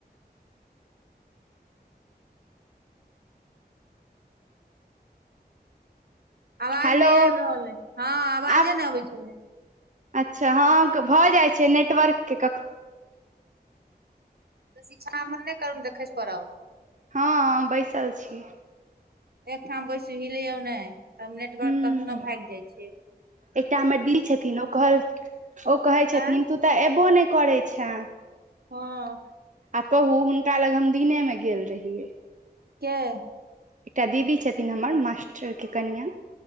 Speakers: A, on the right (about 70°); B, on the right (about 50°).
A: आवाज
B: हेलो
A: नहि आबि रहल अइ हँ आवाजे
B: आब
A: नहि अबै छलै?
B: अच्छा हँ इ भऽ जाइ छै नेटवर्क के कख
A: इछा हमर नहि करु नहि त खैस पड़ब।
B: हँ हम बैसल छीयै।
A: एकठाम बैसु हिलियौ नहि तब नेटवर्क
B: हूँ
A: कखनो भागि जाइ छैय।
B: एकटा हमर दी छथिन ओ कहल ओ कहैय छथिन
A: आँय
B: तू तऽ एबो नहि करैय छे?
A: हँ
B: आ कहू हुनका लग हम दिने में गेल रहियै।
A: के?
B: एकटा दीदी छथिन हमर मास्टर के कनियाँ।